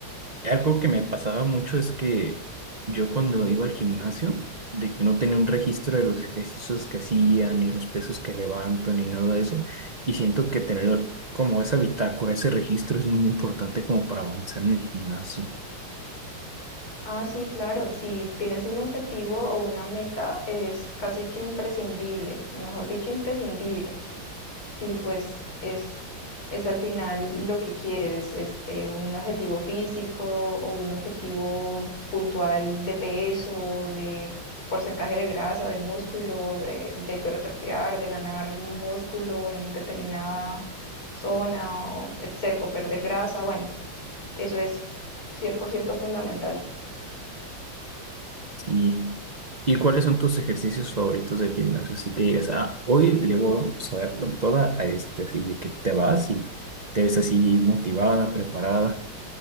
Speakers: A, on the right; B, on the left.
A: Algo que me pasaba mucho es que yo cuando iba al gimnasio, de que no tenía un registro de los ejercicios que hacía, ni los pesos que levanto, ni nada de eso, y siento que tener como esa bitácora, ese registro es muy importante como para avanzar en el gimnasio.
B: Ah, sí, claro, si tienes un objetivo o una meta, es casi que imprescindible, mejor dicho, imprescindible. Sí, pues es, es al final lo que quieres, este, un objetivo físico o un objetivo puntual de peso, de porcentaje de grasa, de músculo, de, de hipertrofiar, de ganar músculo en determinada zona, o, etc- o perder grasa. Bueno, eso es 100% fundamental.
A: Sí. ¿Y cuáles son tus ejercicios favoritos del gimnasio? Así que digas, ah, hoy le voy a dar con toda a este, así de que te vas y te ves así motivada, preparada,